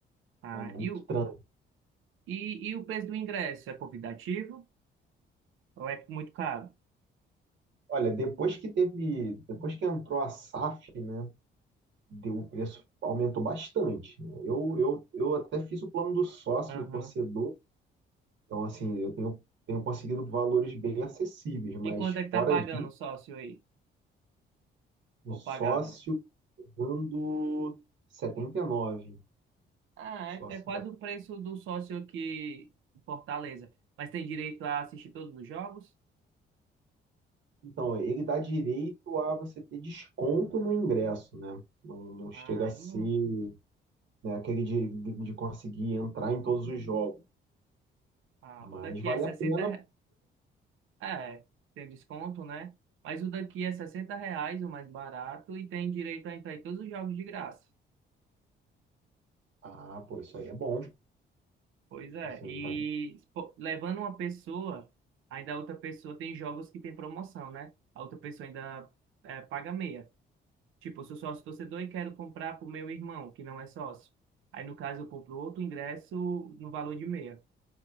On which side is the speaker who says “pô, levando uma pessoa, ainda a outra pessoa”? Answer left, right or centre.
Right